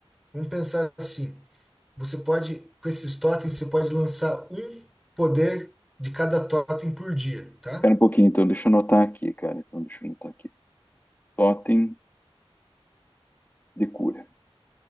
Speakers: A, in the centre; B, on the left.
A: vamos pensar assim. Você pode, com esses totens, você pode lançar um poder de cada totem por dia, tá?
B: Espera um pouquinho, então, deixa eu anotar aqui, cara. Então, deixa eu anotar aqui. Totem de cura.